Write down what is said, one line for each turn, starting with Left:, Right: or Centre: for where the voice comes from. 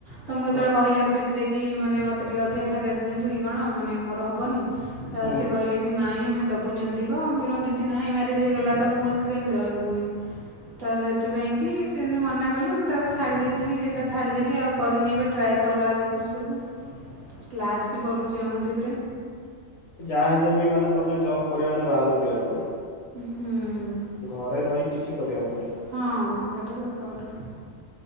Right: ତ ମୁଁ ଯେତେବେଳେ
Left: ଓହୋ।
Right: କହିଲି ଅଫିସରେ କି ମୋ ମାନେ ମୋତେ ଟିକେ ଅଧିକା ସାଲାରୀ ଦିଅନ୍ତୁ କି କଣ? ମାନେ ମୋର ହବନି ତ,
Left: ହୁଁ
Right: ସେ କହିଲେ କି ନାଇଁ ଆମେ ଦବୁନି ଅଧିକ ମୁ କହିଲି ଦିଦି ନାହିଁ ମ୍ୟାରେଜ ହେଇଗଲା ତ ମୁଁ ଏକା କେମିତି ରହିବି ପୁଣି। ତ ସେଥିପାଇଁ କି କି ସେମିତି ମନା କଲେ ମୁଁ ତାପରେ ଛାଡ଼ି ଦେଇଥିଲି। ସେଇଟା ଛାଡ଼ିଦେଲି ଆଉ କରିନି ଏବେ ଟ୍ରାଏ ତ ଅଲଗା ଦେଖୁଛି ସବୁ
Left: <inaudible>
Right: କ୍ଲାସ୍ ବି କରୁଚି ଅନଦୀପ୍ ରେ।
Left: ଯାହା ହେଲେ ବି ମାନେ, ତମେ ଜବ୍ କରିବ ମାନେ ବାହାରୁ ଯିବାର
Right: ହୁଁ
Left: ଘରେ ରହି କିଛି କରିହବନି।
Right: ହଁ ସେଇଟା ତ ସତକଥା।